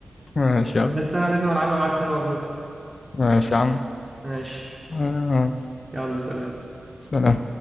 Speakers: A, on the left; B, on the right.
A: ماشي يلا
B: بس انا لازم العبها معاك تاني واغلبك
A: ماشي يا عم
B: ماشي
A: آه،
B: يلا سلام
A: سلام